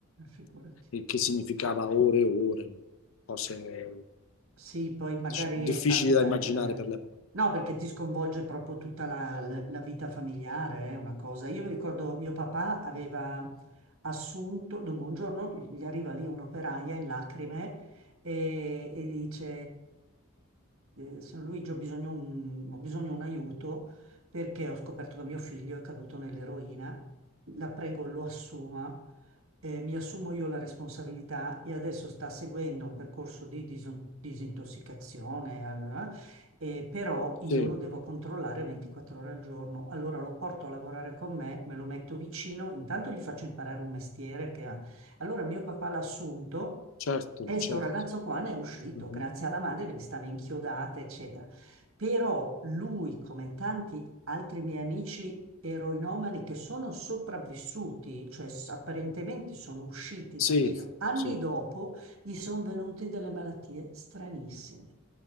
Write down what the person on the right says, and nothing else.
figurati.
Sì, poi magari
eh, capita
anche... eh.
No, perché ti sconvolge proprio tutta la, la- la vita familiare, è una cosa. Io mi ricordo mio papà aveva assunto, dunque un giorno gli arriva lì un'operaia in lacrime e, e dice, eh, signor Luigi, ho bisogno un, ho bisogno un aiuto perché ho scoperto che mio figlio è caduto nell'eroina, la prego lo assuma eh, mi assumo io la responsabilità e adesso sta seguendo un percorso di disin- disintossicazione, allora, eh, però io
lo devo controllare 24 ore al giorno. Allora lo porto a lavorare con me, me lo metto vicino, intanto gli faccio imparare un mestiere che ha. Allora mio papà l'ha assunto.
E
sto ragazzo qua ne è uscito
grazie alla madre che gli stava inchiodata, eccetera. Però lui, come tanti altri miei amici eroinomani che sono sopravvissuti, cioè s- apparentemente sono usciti
dal giro. Anni
dopo gli sono venute delle malattie stranissime,